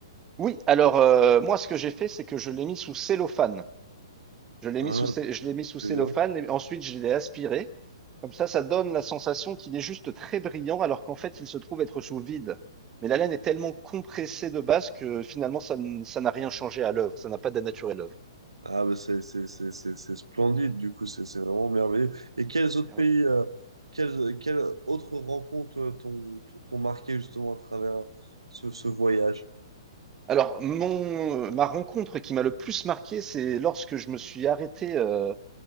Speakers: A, on the right; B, on the right.
A: oui, alors euh, moi, ce que j'ai fait, c'est que je l'ai mis sous cellophane. Je l'ai
B: Ah,
A: mis sous, cé- je l'ai mis sous
B: très
A: cellophane
B: bien.
A: et ensuite je l'ai aspiré. Comme ça, ça donne la sensation qu'il est juste très brillant alors qu'en fait, il se trouve être sous vide. Mais la laine est tellement compressée de base que finalement, ça n- ça n'a rien changé à l'œuvre. Ça n'a pas dénaturé l'œuvre.
B: Ah, bah, c'est c'est- c'est- c'est- c'est splendide, du coup, c'est c'est vraiment merveilleux. Et quels autres
A: Ah
B: pays,
A: ouais.
B: euh, quelles, quelles autres rencontres euh, t'ont t'ont- t'ont marqué justement à travers ce, ce voyage?
A: Alors, mon, ma rencontre qui m'a le plus marqué, c'est lorsque je me suis arrêté euh,